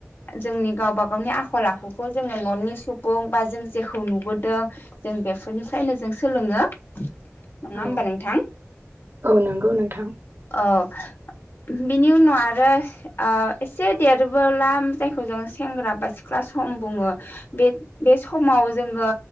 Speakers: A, on the left; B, on the right.
A: जोंनि गावबा गावनि आखल आखुखौ जोङो न'नि सुबुं बा जों जेखौ नुबोदों जों बेफोरनिफ्रायनो जों सोलोङो। नङा
B: औ
A: होमबा नोंथां
B: औ नंगौ नोंथां
A: औ। बिनि उनाव आरो ओ एसे देरबोला जायखौ जों सेंग्रा बा सिख्ला सम बुङो बे बे समाव जोङो